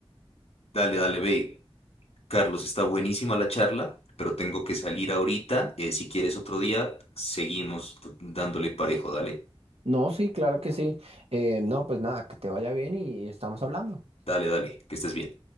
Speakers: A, on the left; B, on the right.
A: Dale, dale, ve. Carlos, está buenísima la charla, pero tengo que salir ahorita. eh, si quieres otro día, seguimos dándole parejo. Dale,
B: No, sí, claro que sí. Eh, no, pues nada, que te vaya bien y estamos hablando.
A: dale, dale, que estés bien.